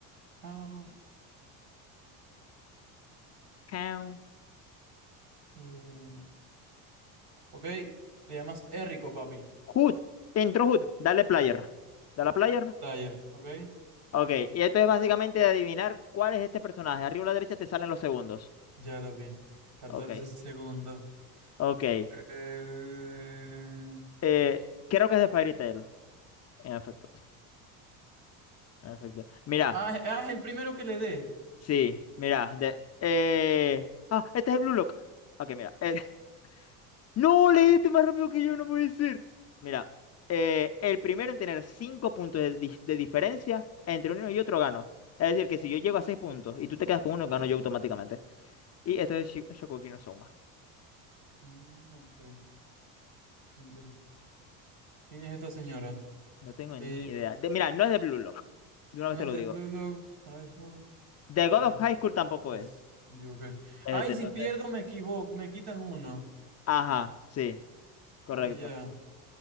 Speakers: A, on the right (about 55°); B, on the left (about 35°).
A: ah,
B: Count.
A: eh, ok, te llamas Errico, papi.
B: Hood. Te entró Hood. Dale player. Dale a player.
A: Player, ok.
B: Ok, y esto es básicamente de adivinar cuál es este personaje. Arriba a la derecha te salen los segundos.
A: Ya lo vi. catorce
B: Ok,
A: segundos.
B: ok.
A: Eh,
B: Eh, creo que es de Fairy Tail. En efecto, en efecto. Mira,
A: Ah, ah, es el primero que le dé.
B: sí, mira. De, eh... Ah, este es el Blue Lock. Ok, mira. eh, <laughs> No, leíste más rápido que yo, no puede ser. Mira, eh, el primero en tener cinco puntos de, dis- de diferencia entre uno y otro gano. Es decir, que si yo llego a seis puntos y tú te quedas con uno, gano yo automáticamente. Y esto es Shi- Shokugeki no Soma.
A: Mm, ok, entiendo. ¿Quién es esta señora?
B: No tengo
A: Eh,
B: ni idea. De- mira, no es de Blue Lock. De una
A: no
B: vez te
A: es
B: lo
A: de
B: digo.
A: Blue Locks. ah, es Blue Lock-
B: The God
A: ah,
B: of
A: aquí.
B: High School tampoco
A: Uf,
B: es.
A: me equivoqué.
B: este,
A: Ay,
B: entonces.
A: si pierdo me equivoco, me quitan uno.
B: Ajá, sí, correcto.
A: Ah, ya.